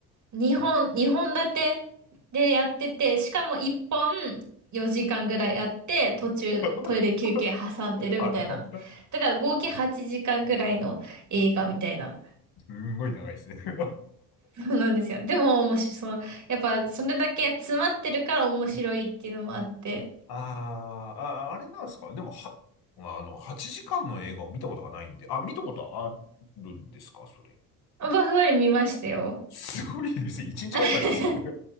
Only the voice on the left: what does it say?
<laughs> はい。
すんごい長いですね。<laughs>
あーあ、あれなんですかでも、は、まあの、8時間の映画を見たことがないんで、あ、見たことあるんですかそれ。
すごいですね。1日がかりですよね。